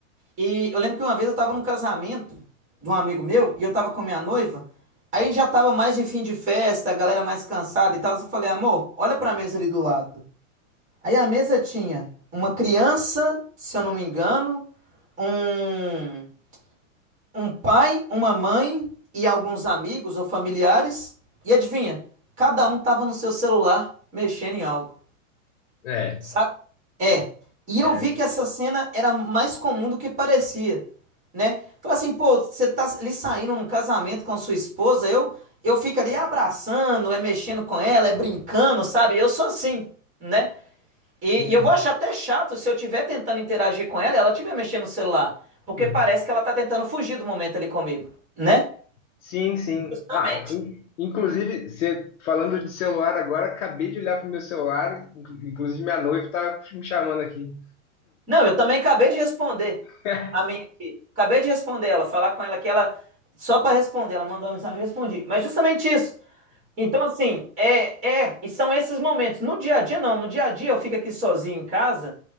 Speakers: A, on the right; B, on the left.
A: E eu lembro que uma vez eu tava num casamento de um amigo meu e eu tava com a minha noiva, aí já tava mais em fim de festa, a galera mais cansada e tal, eu falei, amor, olha pra mesa ali do lado. Aí a mesa tinha uma criança, se eu não me engano, um um pai, uma mãe e alguns amigos ou familiares. E adivinha? Cada um tava no seu celular mexendo em algo.
B: É,
A: Sabe? É. E
B: é,
A: eu vi que essa cena era mais comum do que parecia, né? Falei assim, pô, você tá ali saindo num casamento com a sua esposa, eu eu fico ali abraçando, é mexendo com ela, é brincando, sabe? Eu sou assim, né? E,
B: sim.
A: e eu vou achar até chato se eu estiver tentando interagir com ela, e ela estiver mexendo no celular, porque
B: Hum.
A: parece que ela tá tentando fugir do momento ali comigo né?
B: Sim, sim.
A: Justamente.
B: Ah, in- inclusive, você falando de celular agora, acabei de olhar pro meu celular, inclu- inclusive minha noiva está me chamando aqui.
A: Não, eu também acabei de responder
B: <laughs>
A: a minha aqui. Acabei de responder ela, falar com ela que ela, só para responder, ela mandou uma mensagem, eu respondi. Mas justamente isso. Então, assim, é, é, e são esses momentos. No dia a dia, não. No dia a dia, eu fico aqui sozinho em casa.